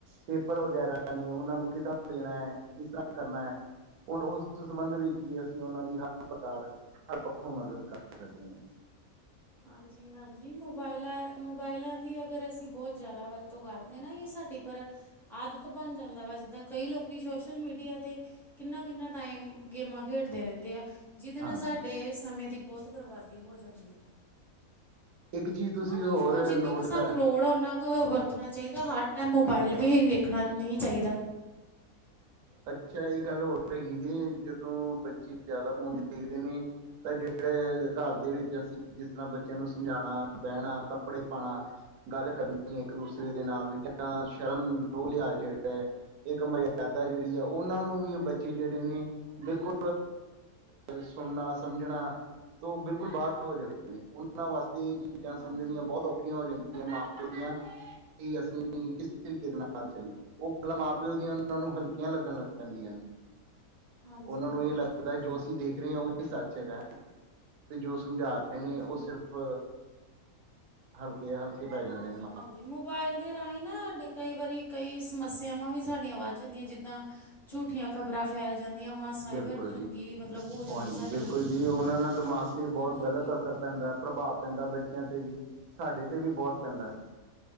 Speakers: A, on the right; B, in the centre.
A: ਪੇਪਰ ਵਗੈਰਾ। ਉਹਨਾਂ ਨੂੰ ਕਿੱਦ੍ਹਾ ਦੇਣਾ ਕਿਸ ਤਰ੍ਹਾਂ ਕਰਨਾ। ਹੁਣ ਉਸ ਤੋ ਸੰਬੰਧ ਵਿੱਚ ਵੀ ਅਸੀਂ ਉਹਨਾਂ ਦੀ ਹਰ ਪ੍ਰਕਾਰ ਹਰ ਪੱਖੋਂ ਮਦਦ ਕਰ ਸਕਦੇ ਹਾਂ।
B: ਹਾਂਜੀ, ਹਾਂਜੀ ਮੋਬਾਇਲਾਂ, ਮੋਬਾਇਲਾਂ ਦੀ ਅਗਰ ਅਸੀਂ ਬਹੁਤ ਜ਼ਿਆਦਾ ਵਰਤੋਂ ਕਰਦੇ ਹਾਂ ਨਾ ਇਹ ਸਾਡ ਡੀ, ਪਰ ਆਦਤ ਬਣ ਜਾਂਦਾ ਵਾ ਜਿੱਦਾਂ ਕਈ ਲੋਕੀ ਸੋਸ਼ਲ ਮੀਡੀਆ ਤੇ ਕਿੰਨਾ, ਕਿੰਨਾ ਟਾਈਮ ਗੇਮਾਂ ਖੇਡਦੇ ਰਹਿੰਦੇ ਐ। ਜਿਹਦੇ ਨਾਲ
A: ਹਾਂਜੀ,
B: ਸਾਡੇ ਸਮੇਂ ਦੀ ਬਹੁਤ ਬਰਬਾਦੀ ਹੋ ਜਾਂਦੀ ਹੈ।
A: ਇੱਕ ਚੀਜ਼ ਤੁਸੀਂ
B: ਹੈਨਾ,
A: ਹੋਰ
B: ਇਹਨੂੰ ਜਿੰਨੀ
A: ਨੋਟ
B: ਕੁ ਸਾਨੂੰ
A: ਕਰ
B: ਲੋੜ ਆ ੳਨਾ ਕੁ ਕ ਵਰਤਣਾ ਚਾਹੀਦਾ, ਹਰ ਟਾਈਮ ਮੋਬਾਇਲ ਵੀ ਵੇਖਣਾ ਨਹੀਂ ਚਾਹੀਦਾ।
A: ਅੱਛਾ, ਇਹ ਗੱਲ ਹੋਰ ਹੈਗੀ, ਜੇ ਜਦੋਂ ਬੱਚੇ ਜ਼ਿਆਦਾ ਫੋਨ ਦੇਖਦੇ ਨੇ ਤਾਂ ਜਿਹੜੇ ਘਰ ਦੇ ਵਿੱਚ ਅਸੀਂ ਜਿਸ ਤਰ੍ਹਾਂ ਬੱਚਿਆਂ ਨੂੰ ਸਮਝਾਣਾ, ਬਹਿਣਾ, ਕੱਪੜੇ ਪਾਣਾ ਗੱਲ ਕਰਨੀ ਇੱਕ ਦੂਸਰੇ ਦੇ ਨਾਲ ਜਾਂ ਸ਼ਰਮ ਲੋਹ ਲਿਆਜ਼ ਜਿਹੜਾ ਹੈ ਇੱਕ ਮਰਿਆਦਾ ਜਿਹੜੀ ਹੈ ਉਹਨਾਂ ਨੂੰ ਵੀ ਬੱਚੇ ਜਿਹੜੇ ਨੇ ਬਿਲਕੁਲ ਸੁਣਨਾ ਸਮਝਣਾ ਤੋ, ਬਿਲਕੁਲ ਬਾਹਰ ਹੋ ਜਾਂਦੇ ਨੇ ਉਹਨਾਂ ਵਾਸਤੇ ਇਹ ਚੀਜ਼ਾਂ ਸਮਝਣੀਆਂ
B: ਹਾਂਜੀ
A: ਬਹੁਤ ਔਖੀਆਂ ਹੋ ਜਾਂ ਯਾ <unintelligible> ਮਾ ਪਿਔ ਦੀਆਂ ਕਿ ਅਸੀਂ ਕੀ ਕਿਸ ਤਰੀਕੇ ਦੇ ਨਾਲ ਚੱਲੀਏ ਉਹ ਗੱਲਾਂ ਮਾਂ ਪਿਓ ਦੀਆਂ ਉਹਨਾਂ ਨੂੰ ਹਲ ਕੀਆਂ ਲੱਗਣ ਲੱਗ ਪੈਂਦੀਆਂ ਨੇ
B: ਹਾਂਜੀ
A: ਉਹਨਾਂ
B: ਹਾਂਜੀ
A: ਨੂੰ ਇਹ
B: ਬਿਲਕੁਲ
A: ਲੱਗਦਾ
B: ਜੀ
A: ਜੋ ਅਸੀਂ ਦੇਖ ਰਹੇ ਹਾਂ ਉਹਹੀ ਸੱਚ ਹੈਗਾ ਤੇ ਜੋ ਸਮਝਾ ਰਹੇ
B: ਹਾਂਜੀ
A: ਨੇ ਉਹ ਸਿਰਫ ਹਲਕੇ ਹਲਕੇ ਪੈ ਜਾਂਦੇ
B: ਹਾਂਜੀ
A: ਨੇ
B: ਹਾਂਜੀ ਮ ਬਾਇਲ ਦੇ ਰਾਹੀਂ ਨਾ ਹਾਡੇ ਕਈ ਵਾਰੀ ਕਈ ਸਮੱਸਿਆਵਾਂ ਵੀ ਸਾਡੀਆਂ ਵੱਧ ਜਾਂਦੀਆਂ ਜਿੱਦਾਂ ਝੂਠੀਆਂ ਖਬਰਾਂ ਫੈਲ ਜਾਂਦੀਆਂ ਵਾ ਸਾਈਬਰ
A: ਬਿਲਕੁਲ
B: ਠੱਗੀ
A: ਜੀ
B: ਮਤਲਬ ਹੋ ਜਾਂਦੀ
A: ਹਾਂਜੀ
B: ਸਾਡੇ
A: ਬਿਲਕੁਲ
B: ਨਾਲ
A: ਜੀ ਉਹਨਾਂ ਦਾ ਦਿਮਾਗ ਤੇ
B: ਜਿੱਦਾਂ
A: ਬਹੁਤ
B: ਠੱਗੀ
A: ਗ਼ਲਤ ਅਸਰ ਪੈਂਦੈ, ਪ੍ਰਭਾਵ ਪੈਂਦੈ ਬੱਚਿਆਂ ਤੇ ਵੀ ਸਾਡੇ 'ਤੇ ਵੀ ਬਹੁਤ
B: ਹਾਂਜੀ
A: ਪੈਂਦੈ